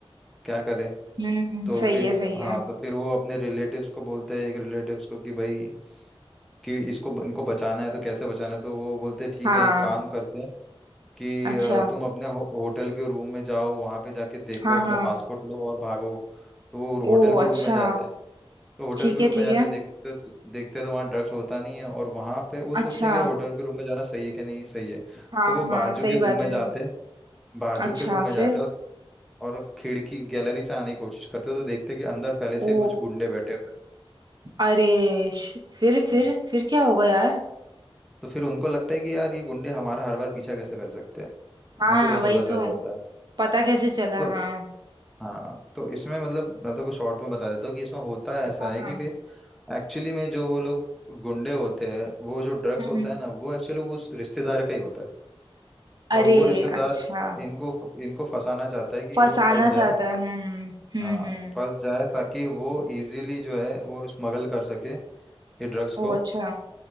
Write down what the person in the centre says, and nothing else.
क्या करें
तो
फिर
हाँ तो फिर वो अपने रिलेटिव्स को बोलते हैं एक रिलेटिव्स को कि भाई कि इसको इनको बचाना है तो कैसे बचाना है तो वो बोलते हैं ठीक
है एक काम करते हैं कि
अ, तुम अपने हो, होटल के रूम में जाओ वहां पे जाके देखो
अपना
पासपोर्ट लो और भागो तो वो होटल
के
रूम में जाते हैं तो होटल
के
रूम में
जाते
देखते तो देखते तो वहाँ ड्रग्स होता नहीं है और वहां पे वो सोचते
हैं कि यार होटल के रूम में जाना सही है कि नहीं सही है
तो वो बाजू
के
रूम में
जाते बाजू
के रूम में जाते
और और खिड़की गैलरी से आने की कोशिश करते हैं, तो देखते हैं कि अंदर पहले
से ही कुछ गुंडे बैठे हुए
हैं हम्म।
तो फिर उनको लगता है कि यार ये गुंडे हमारा हर बार पीछा कैसे कर सकते हैं
इनको कैसे
पता
चल जाता है
तो
हाँ तो इसमें मतलब मैं तो को शॉर्ट में बता देता हूँ कि इसमें होता ऐसा
है
कि फिर एक्चुअली में जो वो लोग गुंडे होते हैं वो जो ड्रग्स
होता
है ना वो एक्चुअली उस रिश्तेदार का ही होता है
और वो रिश्तेदार
इनको इनको फंसाना चाहता है कि
ये लोग फंस जाए
हाँ
फंस जाए ताकि वो इजीली जो है वो स्मगल कर सके ये ड्रग्स
को